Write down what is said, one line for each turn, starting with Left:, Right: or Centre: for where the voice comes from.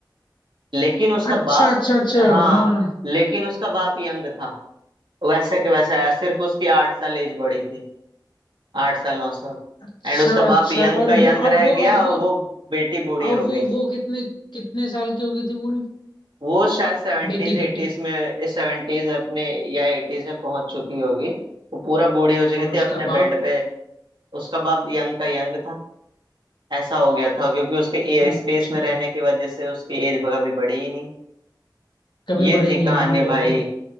Right: लेकिन उसका
Left: अच्छा
Right: बाप
Left: अच्छा अच्छा
Right: हाँ
Left: हाँ
Right: लेकिन उसका बाप यंग था वैसे के वैसे आया सिर्फ उसकी आठ साल एज बढ़ी थी आठ साल नौ साल
Left: अच्छा
Right: एंड उसका
Left: अच्छा
Right: बाप यंग
Left: और
Right: का यंग
Left: वो अब
Right: रह
Left: वो
Right: गया
Left: अब
Right: और
Left: वो
Right: वो बेटी बूढ़ी
Left: अब
Right: हो गई
Left: वो वो कितने कितने साल की हो गई थी बूढ़ी
Right: वो शायद सेवेंटीज
Left: बेटी बेटी
Right: एटीज में सेवेंटीज अपने या एटीज में पहुंच चुकी होगी वो पूरा बूढ़ी हो चुकी
Left: और उसका
Right: थी अपने
Left: बाप
Right: बेड पे उसका बाप यंग का यंग था ऐसा हो गया था क्योंकि उसके
Left: अच्छा
Right: एयर
Left: अच्छा
Right: स्पेस में रहने की वजह से उसकी एज कभी बढ़ी ही नहीं
Left: कभी
Right: ये
Left: बड़ी
Right: थी
Left: नहीं
Right: कहानी
Left: हाँ बिल्कुल
Right: भाई